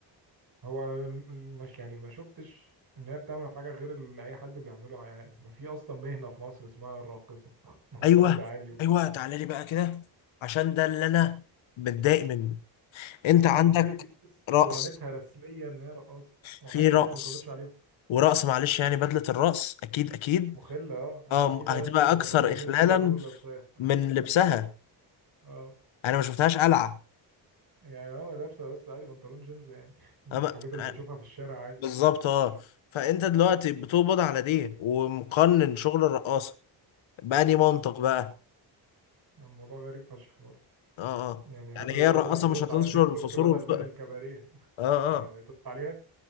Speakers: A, on the right; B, on the left.
A: هو الم- مش يعني ما شفتش ان هي بتعمل حاجه غير اللي اي حد بيعمله يعني ما في اصلا مهنه في مصر اسمها الراقصه <laughs> ما موجود
B: ايوه
A: عادي
B: ايوه تعالى لي بقى كده عشان ده اللي انا متضايق منه انت
A: يعني
B: عندك
A: في في ناس
B: رقص
A: شغلانتها رسميا ان هي رقاصه وعادي
B: في رقص
A: يعني ما تقبضش عليهم
B: ورقص معلش يعني بدلة الرقص اكيد اكيد
A: مخله اه
B: اه
A: آه، اكيد
B: هتبقى
A: اسوأ من
B: اكثر
A: بنطلون الجينز
B: اخلالا
A: اللي رورو لابساه
B: من لبسها
A: <laughs> اه
B: انا ما شفتهاش قلعة
A: يعني هو لابسه بس عادي بنطلون جينز يعني <laughs> الحاجات
B: أما...
A: اللي
B: آه،
A: بتشوفها في الشارع عادي
B: بالظبط اه فانت دلوقتي بتقبض على دي ومقنن شغل الرقاصة بأني منطق
A: طبعاً.
B: بقى
A: الموضوع غريب فشخ برضه
B: اه اه
A: يعني هل
B: يعني
A: الرقاصه
B: هي الرقاصة
A: لو بترقص
B: مش هتنشر
A: على تيك توك
B: الفسور
A: بدل
B: والفقر
A: من الكباريه <laughs>
B: اه
A: آه،
B: اه
A: تقطع عليها